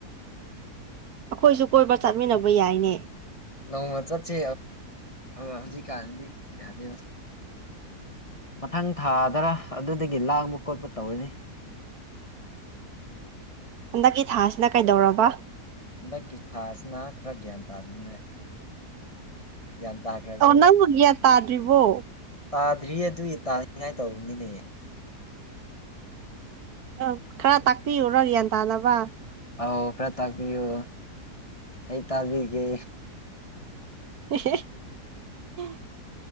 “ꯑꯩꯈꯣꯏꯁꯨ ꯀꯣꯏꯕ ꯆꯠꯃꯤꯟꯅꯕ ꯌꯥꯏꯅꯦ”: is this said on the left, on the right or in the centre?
Right